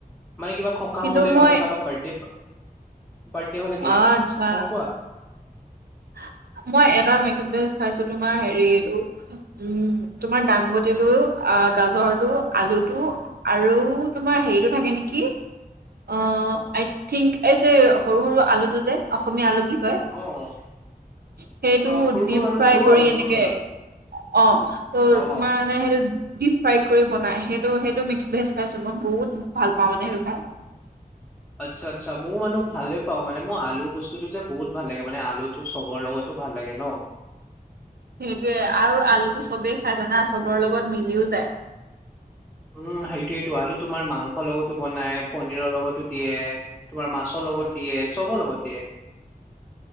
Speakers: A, in the centre; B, on the right (about 80°).
A: মানে কিবা খকাম
B: কিন্তু
A: হ'লে
B: মই
A: নহ'লে কাবাৰ বাৰ্থডে বাৰ্থডে হ'লে দিয়ে,
B: অ আচ্ছা
A: অ' কোৱা
B: <inaudible> মই এটা মিক্স ভেজ খাইছো তোমাৰ হেৰি এইটো উম তোমাৰ দাংবতিটো অ', গাজৰটো আলুটো আৰু তোমাৰ হেৰিটো থাকে নেকি? অ', আই থিংক এই যে সৰু সৰু আলুটো যে অসমীয়া আলু বুলি কয়।
A: অ'।
B: সেইটো
A: অ সৰু
B: ডিপ
A: সৰু আলু
B: ফ্ৰাই
A: সৰু
B: কৰি
A: আলু
B: এনেকে।
A: সৰু আলু
B: অ', ত'
A: অ
B: তোমাৰ মানে হেইটো ডিপ ফ্ৰাই কৰি বনাই। সেইটো সেইটো মিক্স ভেজ খাইছোঁ মই বহুত ভাল পাওঁ মানে সেইটো খাই
A: আচ্ছা আচ্ছা মোৰ মানে ভালে পাওঁ মানে মোৰ আলু বস্তুতটো যে বহুত ভাল লাগে মানে আলুটো চবৰ লগত ভাল লাগে ন।
B: সেইটোৱে আৰু আলুটো চবেই খাই জানা চবৰ লগত মিলিও যায়।
A: উম, সেইটোয়েটো আলু তোমাৰ মাংসৰ লগতো বনাই পনিৰৰ লগতো দিয়ে তোমাৰ মাছৰ লগত দিয়ে চবৰ লগত দিয়ে।